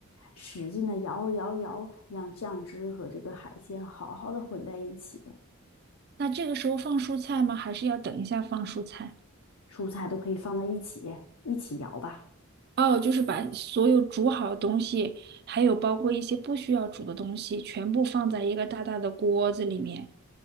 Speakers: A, on the left; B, on the right.
A: 使劲的摇摇摇，让酱汁和这个海鲜好好的混在一起，
B: 那这个时候放蔬菜吗？还是要等一下放蔬菜？
A: 蔬菜都可以放到一起，一起摇吧。
B: 哦，就是把所有煮好的东西，还有包括一些不需要煮的东西，全部放在一个大大的锅子里面。